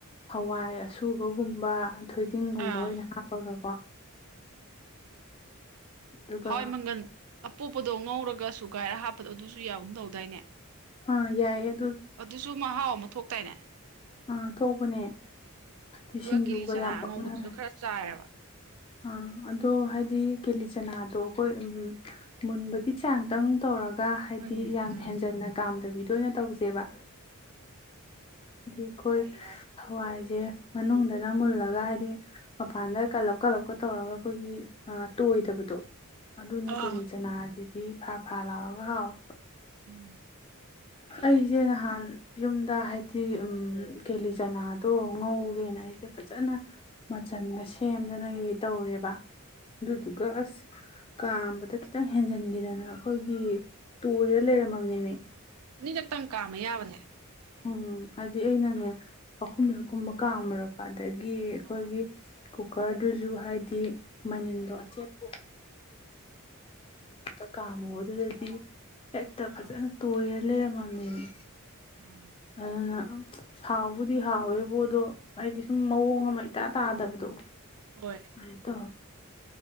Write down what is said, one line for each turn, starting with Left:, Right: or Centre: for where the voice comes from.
Left: ꯍꯋꯥꯏ ꯑꯁꯨꯕꯒꯨꯝꯕ ꯊꯣꯏꯗꯤꯡꯒꯨꯝꯕ
Right: ꯑꯥ
Left: ꯑꯣꯏꯅ ꯍꯥꯞꯄꯒꯀꯣ ꯑꯗꯨꯒ
Right: ꯍꯣꯏ ꯃꯪꯒꯜ ꯄꯣꯛꯄꯗꯣ ꯉꯧꯔꯒ ꯁꯨꯒꯥꯏꯔ ꯍꯥꯞꯄꯗꯣ ꯑꯗꯨꯁꯨ ꯌꯥꯎꯒꯨꯝ ꯇꯧꯗꯥꯏꯅꯦ
Left: ꯑ ꯌꯥꯏ
Right: ꯑꯗꯨꯁꯨ ꯃꯍꯥꯎ ꯑꯃ ꯊꯣꯛꯇꯥꯏꯅꯦ
Left: ꯑꯥ ꯊꯣꯛꯄꯅꯦ ꯍꯥꯏꯗꯤ
Right: ꯑꯗꯨꯒ
Left: ꯁꯤꯡꯖꯨꯒ
Right: ꯀꯤꯂꯤ ꯆꯅꯥ
Left: ꯌꯥꯝ
Right: ꯑꯉꯧꯕꯗꯨꯁꯨ
Left: ꯄꯛꯅꯕꯅꯦ
Right: ꯈꯔ ꯆꯥꯏꯔꯕ
Left: ꯑꯥ ꯑꯗꯣ ꯍꯥꯏꯗꯤ ꯀꯦꯂꯤꯆꯅꯥꯗꯣ ꯑꯩꯈꯣꯏ ꯎ ꯃꯨꯟꯕꯒꯤ ꯆꯥꯡꯗꯪ ꯇꯧꯔꯒ ꯀ ꯍꯥꯏꯗꯤ
Right: ꯎꯝ
Left: ꯌꯥꯝ
Right: ꯎꯝ
Left: ꯍꯦꯟꯖꯟꯅ ꯀꯥꯝꯗ ꯐꯕꯤꯗ ꯑꯣꯏꯅ ꯇꯧꯁꯦꯕ ꯍꯥꯏꯗꯤ ꯑꯩꯈꯣꯏ
Right: ꯌꯥꯏ ꯌꯥꯏ
Left: ꯍꯋꯥꯏꯁꯦ ꯃꯅꯨꯡꯗꯅ ꯃꯨꯜꯂꯒ ꯍꯥꯏꯗꯤ ꯃꯄꯥꯟꯗ ꯀꯜꯂꯞ ꯀꯂꯞꯀ ꯇꯧꯔꯒ ꯑꯩꯈꯣꯏꯒꯤ ꯇꯣꯏꯗꯕꯗꯣ ꯑꯗꯨꯅ
Right: ꯑꯥ
Left: ꯀꯦꯜꯂꯤ ꯆꯅꯥꯁꯤꯗꯤ ꯗꯤ ꯐꯔꯥ ꯐꯔꯥ ꯂꯥꯎꯔꯒ ꯍꯥꯎꯋꯦꯕ
Right: ꯎꯝ ꯌꯥꯏ
Left: ꯑꯩꯁꯦ
Right: ꯌꯥꯏ
Left: ꯅꯍꯥꯟ ꯌꯨꯝꯗ ꯍꯥꯏꯕꯗꯤ ꯀꯦꯂꯤ ꯆꯅꯥꯗꯣ ꯉꯧꯒꯦꯅ ꯑꯩꯁꯦ ꯐꯖꯅ ꯃꯆꯟꯒ ꯁꯦꯝꯗꯨꯅ ꯀ ꯇꯧꯔꯦꯕ ꯗꯨꯗꯨꯒꯥꯥꯁ ꯀꯥꯝꯕꯗ ꯈꯤꯇꯪ ꯍꯦꯟꯖꯤꯟꯈꯤꯗꯅ ꯑꯩꯈꯣꯏꯒꯤ ꯇꯣꯏꯔ ꯂꯩꯔꯝꯃꯅꯦꯃꯤ
Right: ꯑꯅꯤꯔꯛꯇꯪ ꯀꯥꯝꯃ ꯌꯥꯕꯅꯦ
Left: ꯎꯝ ꯍꯥꯏꯗꯤ ꯑꯩꯅꯅꯦ ꯑꯍꯨꯝꯂꯛ ꯀꯨꯝꯕ ꯀꯥꯝꯃꯨꯔ ꯀꯥꯟ ꯑꯗꯒꯤ ꯑꯩꯈꯣꯏꯒꯤ
Right: ꯑꯥ
Left: ꯀꯨꯀꯔꯗꯨꯁꯨ ꯍꯥꯏꯗꯤ ꯃꯅꯤꯟꯗꯣ ꯑꯆꯦꯠꯄ ꯀ ꯀꯥꯝꯃꯨ ꯑꯗꯨꯗꯗꯤ ꯍꯦꯛꯇ
Right: ꯑꯥ
Left: ꯐꯖꯅ ꯇꯣꯏꯔ ꯂꯩꯔꯝꯃꯕꯅꯤꯅꯦ
Right: ꯎꯝ
Left: ꯑꯗꯨꯅ ꯁꯥꯎꯕꯨꯗꯤ ꯍꯥꯎꯋꯦꯕꯣ ꯑꯗꯣ ꯑꯩꯗꯤ ꯁꯨꯝ ꯃꯑꯣꯡ ꯑꯃ ꯏꯇꯥ ꯇꯥꯗꯕ
Right: ꯍꯣꯏ
Left: ꯍ ꯇꯣ